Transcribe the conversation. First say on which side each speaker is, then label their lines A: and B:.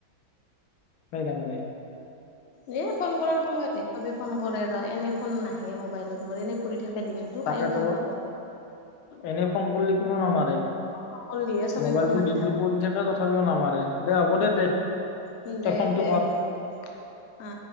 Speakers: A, on the left (about 85°); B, on the left (about 50°).
A: সেইকাৰ নাই
B: এ ফোন কৰাৰ সময়ত হে চবে ফোন কৰে ৰ এনে ফোন নাহে মোবাইলত মোৰ এনে পৰি থাকে দিনটো
A: তাকেতো
B: কায়ো ফোন নকৰ
A: এনে ফোন কৰিলে কোনো নামাৰে
B: ফোন কৰলিহে চবে
A: মোবাইলতো
B: ফোন মাত
A: দিনতটো পৰি থাকে তথাপিও নামাৰে দে হ'ব দে দে
B: উম দে
A: তই ফোনটো
B: তে
A: কৰ
B: হ'ব দে অ